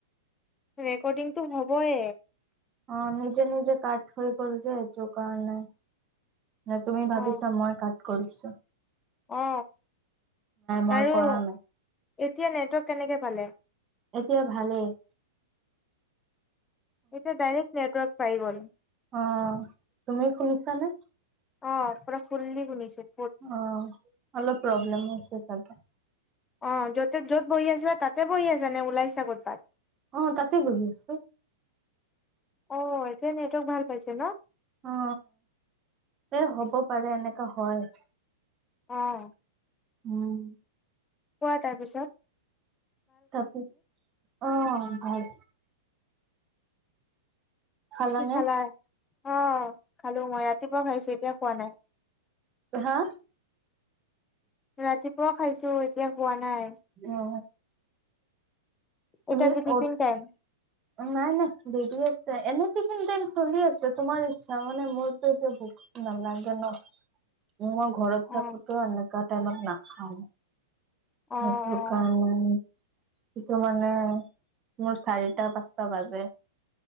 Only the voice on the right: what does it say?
অ নিজে নিজে কাট হৈ গ'ল যে এইটো কাৰণে। ন তুমি ভাবিছা
মই কাট। কৰিছোঁ ।
মই
কৰা
নাই
এতিয়া ভালেই ।
অ তুমি শুনিছানে ।
অ অলপ প্ৰব্লেম আছে যে। তাকে।
অ তাতেই বহি আছোঁ।
অ এ হ'ব পাৰে এনেকা হয়।
উম্।
তাৰ পিছত অ ভাল খালানে
হা
উ তুমি
ঔৎচ
নাই নাই দেদি আছ এনেইটো চলি আছে তোমাৰ ইচ্ছা মানে মোৰতো এতিয়া ভুক নালাগে ন ম মই ঘৰত
থাকোতে তেনেকা টাইমত নাখায়
সেইটো কাৰণে সেইটো মানে মোৰ চাৰিটা পাঁচটা বাজে